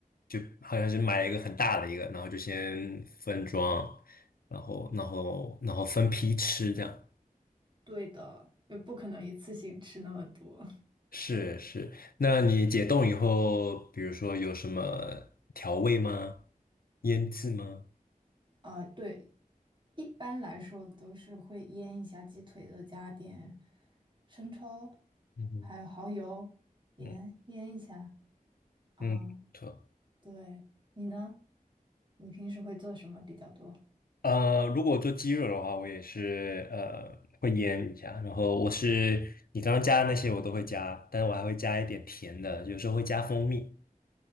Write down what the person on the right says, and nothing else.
对的，也不可能一次性吃那么多
<laughs> 啊，对，一般来说都是会腌一下鸡腿的，加点生抽，
还有蚝油、盐，
腌一下啊。
对，你呢？你平时会做什么比较多？